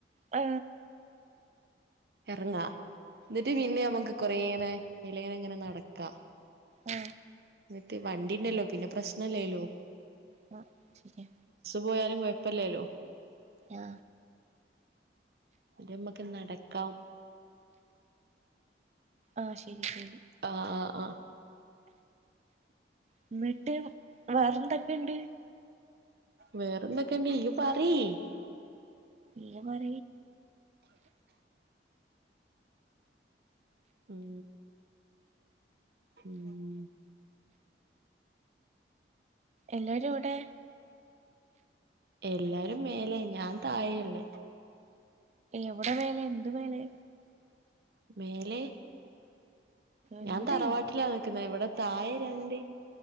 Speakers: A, on the right (about 40°); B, on the right (about 60°).
A: ആ
B: ഇറങ്ങാ എന്നിട്ട് പിന്നെ നമക്ക് കുറെ അെ അതിലെഇങ്ങനെ നടക്കാ
A: ഉം
B: എന്നിട്ടേ വണ്ടി ഉണ്ടല്ലോ പിന്നെ പ്രശ്നംല്ലേല്ലോ
A: ആ ശരിയ
B: പോയാലും കുഴപ്പമില്ലല്ലോ
A: ആ
B: ഉ നമ്മക്ക് നടക്കാം
A: ആ ശരി ശരി
B: ആ ആ ആ
A: എന്നിട്ട് വേറെ എന്തൊക്കെയുണ്ട്
B: വേറെന്തൊക്കെയുണ്ട്ഇയ്യ് പറയ്
A: ഇ പറ
B: ഉം ഉം
A: എല്ലാരും എവിടെ
B: എല്ലാരും മേലെ ഞാൻ താഴയ ഉള്ള
A: എവിടെ മേലെ എന്ത് മേലെ
B: മേലെ
A: എന്ത്
B: ഞാൻ തറവാട്ടിലാ നിക്കുന്ന ഇവിടെ താഴെ രണ്ട്